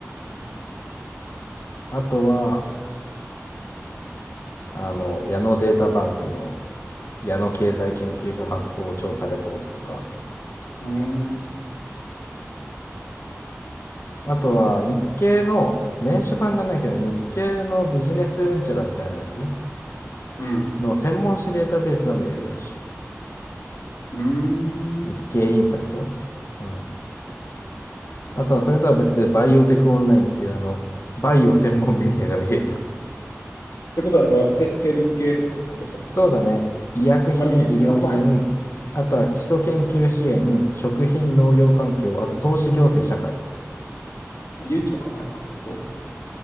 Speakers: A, on the left (about 55°); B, on the left (about 75°).
A: あとは、あの、矢野データバンクの矢野経済研究所発行調査レポートとか、
B: うーん。
A: あとは日経の、電子版じゃないけど、日経のビジネスうんちゃらみたいなやつ
B: うん
A: の専門誌データベースは見れるらし
B: うーん。
A: い。
B: っ
A: 日経インサイト。うん。あとはそれとは別でバイオテクオンラインっていうあの、バイオ専門メディアが見れるよ。
B: てことは、あの、せ、生物系ってことどっちかっていうと。
A: <laughs> そうだね。医薬品、
B: まあでも、有なんかもあるか。
A: 医療品、あとは基礎研究支援、食品、農業環境、あと投資行政社会だって。
B: 勇気とかもあるか。そうね。